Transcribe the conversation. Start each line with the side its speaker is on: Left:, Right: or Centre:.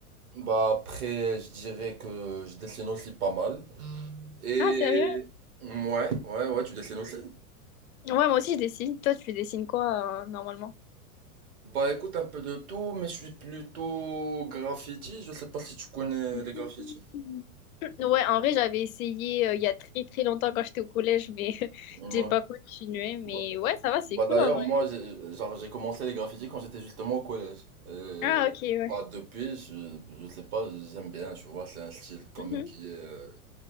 Right: Bah, après, je dirais que je dessine aussi pas mal. Et
Left: Ah, sérieux?
Right: ouais, ouais, ouais, tu dessines aussi?
Left: Ouais, moi aussi, je dessine. Toi, tu dessines quoi, euh, normalement?
Right: Bah écoute un peu de tout, mais je suis plutôt graffiti. Je sais pas si tu connais
Left: <laughs>
Right: les graffitis.
Left: Mhm. Ouais, en vrai, j'avais essayé euh, il y a très très longtemps quand j'étais au collège, mais <laughs>
Right: Ouais.
Left: j'ai pas continué. Mais
Right: Bah,
Left: ouais, ça va, c'est
Right: bah,
Left: cool
Right: d'ailleurs
Left: en vrai.
Right: moi j'ai genre j'ai commencé les graffitis quand j'étais justement au collège. Et,
Left: Ah, ok, ouais.
Right: bah depuis je, je sais pas, j'aime bien, tu vois, c'est un style quand
Left: Mhm.
Right: même qui est euh,